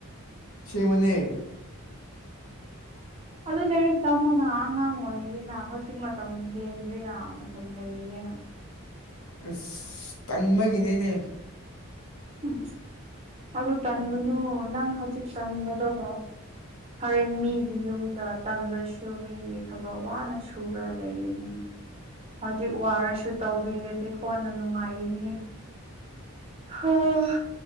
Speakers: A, on the left (about 85°); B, on the right (about 25°).
A: ꯁꯤꯃꯅꯦ <unintelligible>
B: ꯑꯗꯨ ꯂꯥꯏꯔꯤꯛ ꯇꯥꯃꯣꯅ ꯑꯉꯥꯡ ꯑꯣꯏꯔꯤꯅ ꯍꯧꯖꯤꯛ ꯃꯇꯝ ꯍꯦꯟꯗ꯭ꯔꯤꯅ ꯇꯗ ꯏꯒꯦꯅ
A: ꯑ ꯇꯟꯃꯒꯤꯅꯦꯅꯦ
B: ꯎꯝ ꯑꯗꯨꯣ ꯇꯟꯒꯅ ꯅꯪ ꯍꯧꯖꯤꯛ ꯇꯟꯔꯣ ꯍꯣꯔꯦꯟ ꯃꯤꯒꯤ ꯌꯨꯝꯗ ꯇꯜꯂꯁꯨ ꯃꯤꯒꯤ ꯊꯕꯛ ꯋꯥꯅ ꯁꯨꯔ ꯂꯩꯒꯅꯤ ꯍꯧꯖꯤꯛ ꯋꯥꯔꯁꯨ ꯇꯧꯕꯤꯔꯗꯤ ꯀꯣꯟꯅ ꯅꯨꯡꯉꯥꯏꯅꯤ ꯍꯝ